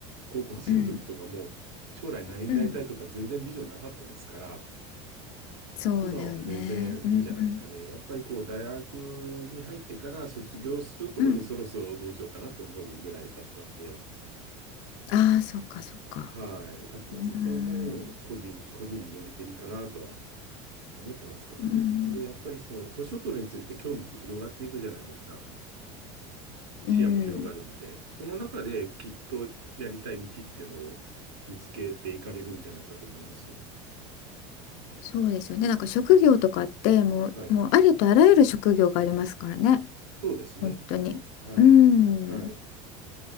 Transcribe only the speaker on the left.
うん、
うん。そうだよね。
うん、うん、
うん。ああ、そっか、そっか。
うん、
うん、
うん。
そうですよね。なんか職業とかって、もう、
もうありとあらゆる職業がありますからね。
本当に。
うん。